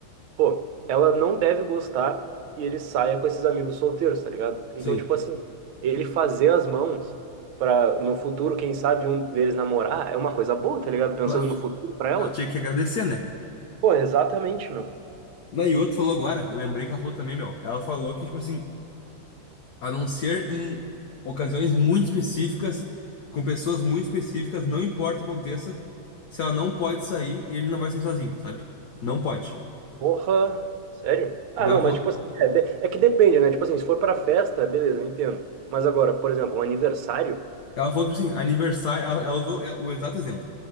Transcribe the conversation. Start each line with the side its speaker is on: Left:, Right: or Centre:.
Right: Pô, ela não deve gostar que ele saia com esses amigos solteiros, tá ligado?
Left: Sim.
Right: Então, tipo assim, ele fazer as mãos pra no futuro, quem sabe um deles namorar, é uma coisa boa, tá ligado? Pensando
Left: Ela, tipo,
Right: no futuro pra ela.
Left: ela tinha que agradecer, né?
Right: Pô, exatamente, meu.
Left: Na e outro falou agora, eu lembrei que ela falou também, meu. Ela falou que, tipo assim. A não ser em ocasiões muito específicas, com pessoas muito específicas, não importa o que aconteça, se ela não pode sair, ele não vai sair sozinho, sabe? Não pode.
Right: Porra, sério? Ah,
Left: Daí
Right: não,
Left: Ela
Right: mas
Left: falou,
Right: tipo assim, é, de- é que depende, né? Tipo assim, se for pra festa, beleza, eu entendo. Mas agora, por exemplo, um aniversário,
Left: ela falou que, tipo assim, aniversário, ela, ela usou é, o exato exemplo.